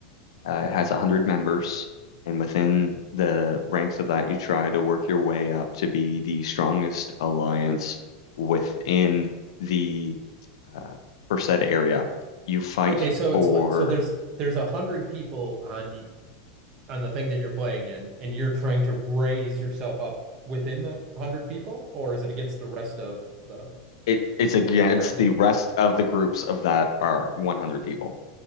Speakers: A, on the left (about 75°); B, on the right (about 30°).
A: Uh, it has 100 members, and within the ranks of that, you try to work your way up to be the strongest alliance within the uh, per said area. You fight
B: Okay, so
A: for.
B: it's so there's there's a hundred people on on the thing that you're playing in and you're trying to raise yourself up within the 100 people or is it against the rest of the
A: it it's against
B: the world?
A: the rest of the groups of that are 100 people.